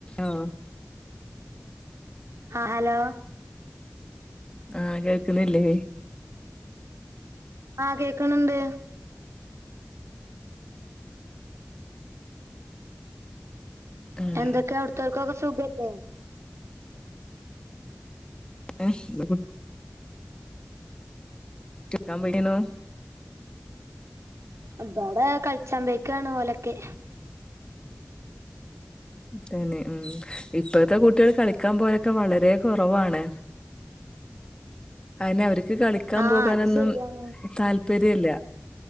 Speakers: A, on the left; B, on the right.
A: ആഹ്
B: ആഹ് ഹലോ
A: ആഹ് കേൾക്കണില്ലേ
B: ആഹ് കേക്കണിണ്ട്.
A: ആഹ്
B: എന്തക്കെ അവിടുത്തോർക്കൊക്കെ സുഖല്ലേ?
A: <unintelligible> <unintelligible>
B: ഇബടെ കളിച്ചാമ്പോയേക്കാണ് ഓലക്കെ.
A: തന്നെ ഇം ഇപ്പഴത്തെ കുട്ടികള് കളി ക്കാൻ പോവലൊക്കെ വളരേ കുറവാണ് അതിനവർ ക്ക് കളിക്കാൻ
B: ആ
A: പോകാനൊന്നും
B: അത് ശരിയാണ്
A: താല്പര്യ ഇല്ല.